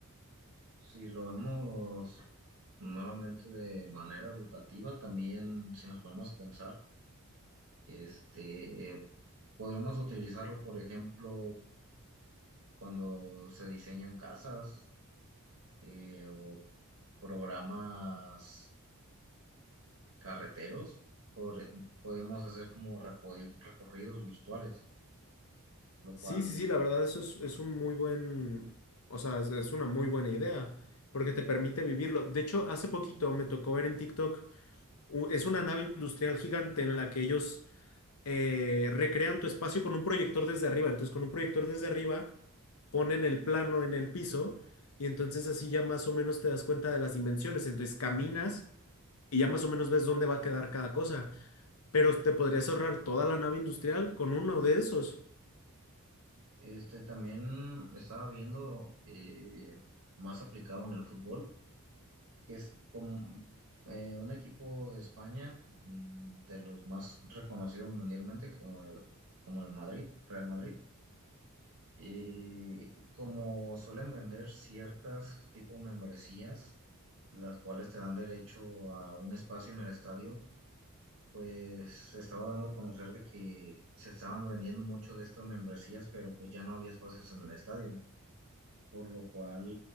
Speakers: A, on the right (about 70°); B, on the left (about 70°).
A: Si lo vemos nuevamente de manera educativa, también si nos ponemos a pensar, este, podremos utilizarlo, por ejemplo, cuando se diseñan casas eh, o programas carreteros, por- podemos hacer como recorri- recorridos virtuales, lo
B: Sí,
A: cual
B: sí, sí, la verdad, eso es, es un muy buen, o sea, es, es una muy buena idea, porque te permite vivirlo. De hecho, hace poquito me tocó ver en TikTok, u- es una nave industrial gigante en la que ellos eh, recrean tu espacio con un proyector desde arriba. Entonces, con un proyector desde arriba, ponen el plano en el piso y entonces así ya más o menos te das cuenta de las dimensiones. Entonces, caminas y ya más o menos ves dónde va a quedar cada cosa, pero te podrías ahorrar toda la nave industrial con uno de esos.
A: este, también estaba viendo eh, más aplicado en el fútbol, que es como eh, un equipo de España, mm, de los más reconocidos mundialmente, como el, como el Madrid, Real Madrid Y como suelen vender ciertas tipo membresías, las cuales te dan derecho a un espacio en el estadio, pues se estaba dando a conocer de que se estaban vendiendo mucho de estas membresías, pero pues ya no había espacios en el estadio, por lo cual